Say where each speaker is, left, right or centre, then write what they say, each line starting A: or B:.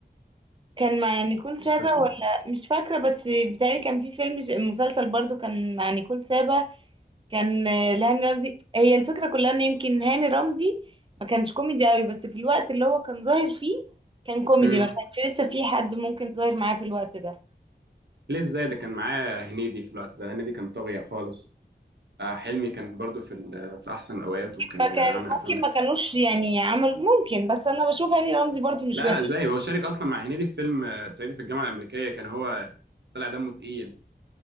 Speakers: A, on the right; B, on the right.
A: كان مع نيكول سابا
B: مش فاكره
A: ولا مش فاكرة بس بتهيألي كان في فيلم ش- مسلسل برضو كان مع نيكول سابا كان آه، لهاني رمزي هي الفكرة كلها ان يمكن هاني رمزي ما كانش كوميدي قوي بس في الوقت اللي هو كان ظاهر فيه كان كوميدي
B: امم
A: ما كانش لسه في حد ممكن ظاهر معاه في الوقت ده
B: ليه ازاي ده كان معاه هنيدي في الوقت ده هنيدي كان طاغية خالص آه حلمي كان برضو في ال- في احسن اوقاته وكان
A: ما كان
B: بيعمل
A: ممكن
B: افلام
A: ما كانوش يعني عمل ممكن بس انا بشوف هاني رمزي برضو مش
B: لا
A: وحش
B: لا ازاي هو شارك اصلا مع هنيدي في فيلم آه، صعيدي في الجامعة الأمريكية كان هو طلع دمه تقيل